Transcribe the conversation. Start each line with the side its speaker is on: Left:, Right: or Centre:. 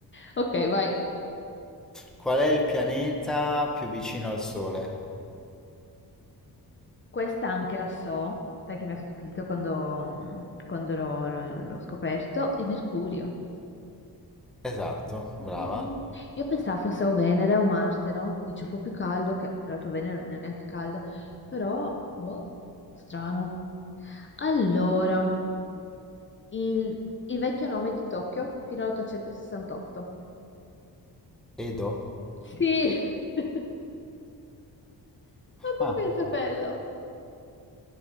Left: Ok, vai.
Centre: Qual è il pianeta più vicino al Sole?
Left: Questa anche la so, perché mi ha stupito quando, mh, quando l'ho l'ho- l'ho scoperto, è Mercurio.
Centre: Esatto, brava.
Left: Mm, mm, mm. Io pensavo fosse o Venere o Marte, no? Dice un po' più caldo, che tra l'altro Venere non è neanche calda, però, boh, strano. Allora, il, il vecchio nome di Tokyo fino all'868.
Centre: Edo.
Left: Sì, <laughs> ma come
Centre: Ah,
Left: fai a saperlo?